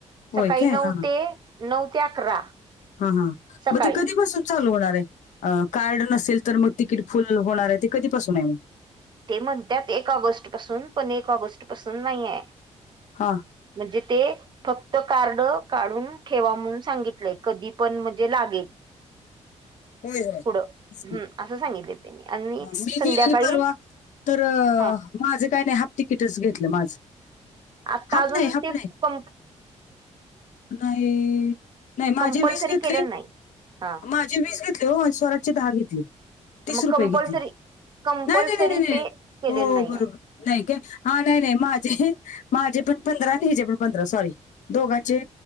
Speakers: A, on the right; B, on the left.
A: सकाळी
B: होय काय
A: नऊ
B: हा हा.
A: ते नऊ ते अकरा
B: हा हा
A: सकाळी
B: मग ते कधीपासून चालू होणार आहे कार्ड नसेल तर मग तिकीट फुल होणार आहे ते कधीपासून आहे मग
A: ते म्हणतात एक ऑगस्ट पासून पण एक ऑगस्ट पासून नाहीय
B: हा
A: म्हणजे ते फक्त कार्ड काढून ठेवा म्हणून सांगितलंय कधी पण म्हणजे लागेल
B: होय होय
A: पुढं
B: तेच की.
A: हं असं सांगितलं त्यांनी आणि
B: अ, मी
A: संध्याकाळी
B: गेलेली परवा तर
A: हा
B: माझं काय नाही हाफ तिकीटच घेतलं माझं
A: आता
B: हाफ
A: अजून
B: नाही हाफ
A: ते
B: नाही
A: क
B: नाही नाही माझे
A: कंपल्सरी
B: वीस घेतली
A: केलेलं नाही हा
B: माझे वीस घेत ते श्वरराची दहा घेतली तीस
A: मग
B: रुपये
A: कंपल्सरी
B: घेतले
A: कंपल्सरी
B: नाही नाही नाही नाही
A: ते
B: नाही
A: केलेलं
B: हो
A: नाही
B: बरोबर
A: आहे
B: नाही का हा नाही नाही माझे माझे पण पंधरा आणि हिचेे पण पंधरा सॉरी दोघांचे